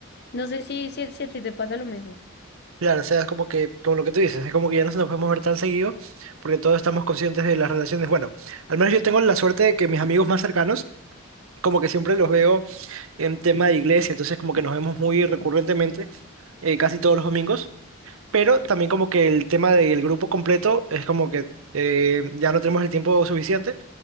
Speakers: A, on the left; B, on the right.
A: No sé si, si, si a ti te pasa lo mismo.
B: Claro, o sea, es como que, como lo que tú dices, es como que ya no nos podemos ver tan seguido porque todos estamos conscientes de las relaciones. Bueno, al menos yo tengo la suerte de que mis amigos más cercanos como que siempre los veo en tema de iglesia, entonces como que nos vemos muy recurrentemente, eh, casi todos los domingos, pero también como que el tema del grupo completo es como que eh, ya no tenemos el tiempo suficiente